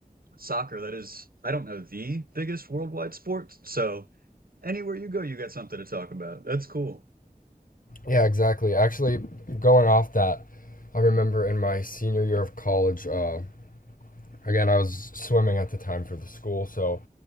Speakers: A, on the right (about 70°); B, on the left (about 65°).
A: soccer, that is, I don't know, the biggest worldwide sport. So anywhere you go, you got something to talk about. That's cool.
B: yeah, exactly. Actually, going off that, I remember in my senior year of college, uh, again, I was swimming at the time for the school, so